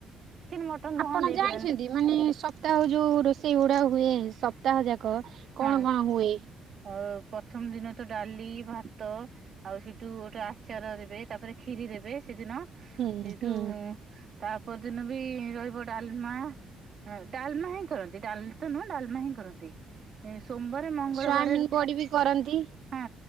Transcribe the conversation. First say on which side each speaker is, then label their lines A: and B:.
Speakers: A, on the right; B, on the right.
A: ମଟନ ତ
B: ଆପଣ
A: ହଁ ଦେଇପାରିବନି
B: ଜାଣିଛନ୍ତି ମାନେ ସପ୍ତାହ ଯୋଉ ରୋଷେଇ ଗୁଡା ହୁଏ ସପ୍ତାହ ଯାକ କ କଣ
A: ହଁ
B: କଣ ହୁଏ?
A: ଅ ପ୍ରଥମ ଦିନ ତ ଡାଲି ଭାତ ଆଉ ସେଇଠୁ ଗୋଟେ ଆଚାର ଦେବେ ତାପରେ କ୍ଷିରି ଦେବେ ସେଦିନ ।
B: ହୁଁ ହୁଁ।
A: ସେଇଠୁ ତାପର ଦିନ ବି ରହିବ ଡାଲମା ହଁ ଡାଲମା ହିଁ କରନ୍ତି ଡାଲି ତ ନୁହଁ ଡାଲମା ହିଁ କରନ୍ତି । ଏ ସୋମବାର ମଙ୍ଗଳବାର
B: ସୋୟାବିନ୍ ବଡି ବି କରନ୍ତି।
A: ହଁ